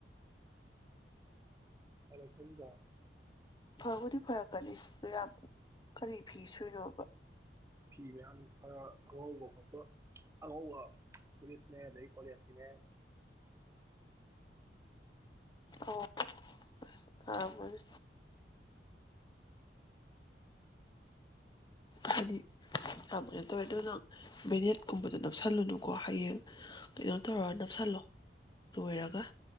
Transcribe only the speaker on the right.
ꯍꯔ ꯈꯨꯗ
ꯐꯤ ꯃꯌꯥꯝ ꯈꯔ ꯈꯉꯧꯕ ꯈꯣꯠꯄ ꯑꯉꯧꯕ ꯐꯨꯔꯤꯠꯅꯦ ꯑꯗꯒꯤ ꯀꯣꯂꯦꯖꯀꯤꯅꯦ